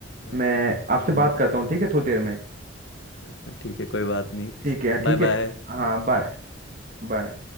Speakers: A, on the left (about 70°); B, on the right (about 45°).
A: हाँ
B: मैं आपसे
A: हम्म,
B: बात करता
A: ठीक
B: हूँ ठीक
A: है
B: है थोड़ी देर में
A: हाँ, ठीक है कोई बात नहीं
B: ठीक है
A: Bye
B: ठीक
A: bye
B: है हाँ बाय बाय